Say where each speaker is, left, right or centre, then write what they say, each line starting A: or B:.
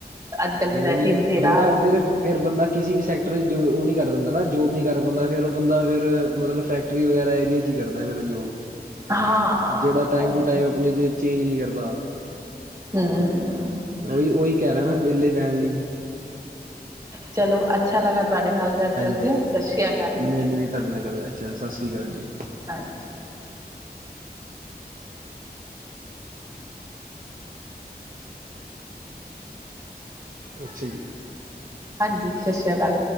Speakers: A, on the right; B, on the right.
A: ਅੱਜ ਕੱਲ ਤੇ
B: ਨੀ-ਨੀ
A: ਵੈਸੇ ਹੀ ਬਥੇਰਾ
B: ਬੰਦਾ ਫੇ--ਰ ਫੇਰ ਬੰਦਾ ਕਿਸੀ ਵੀ ਸੈਕਟਰ ਜੋ ਓ ਨੀ ਕਰ ਦਿੰਦਾ ਨਾ ਜੋਬ ਨੀ ਕਰ ਪੋਂਦਾ ਫੇਰ ਓ ਬੰਦਾ ਫੇਰ ਮਤਲਬ ਫੈਕ ਟਰੀ ਵਗੈਰਾ ਏਦੀ ਚ ਈ ਕਰਦਾ ਫੇਰ ਜੋਗ
A: ਹਾਂ
B: ਜੇੜਾ ਟਾਈਮ
A: ਔਰ ਉਹ
B: ਟੂ ਟਾਈਮ
A: ਤੇ
B: ਆਪਣੇ ਚ ਚੇਂਜ ਨੀ ਕਰਦਾ
A: ਹਮ ਹਮ।
B: ਓਈ-ਓਈ ਕੈ ਰੇਆ ਮੈਂ ਵੇਲੇ ਬੈਣ ਲੀ।
A: ਚਲੋ ਅੱਛਾ ਲੱਗਾ ਤੁਆਡੇ ਨਾਲ ਗੱਲ
B: ਹਾਂਜੀ-ਹਾਂਜੀ
A: ਕਰਕੇ ਸਤਿ ਸ਼੍ਰੀ ਅਕਾਲ ਜੀ
B: ਮੈਨੂੰ ਵੀ ਤੁਹਾਡੇ ਨਾਲ ਗੱਲ ਅੱਛਾ ਸਸਰੀ ਕਾਲ ਜੀ।
A: ਹਾਂਜੀ
B: ਅੱਛਾ ਜੀ।
A: ਹਾਂਜੀ, ਸਤਿ ਸ਼੍ਰੀ ਅਕਾਲ।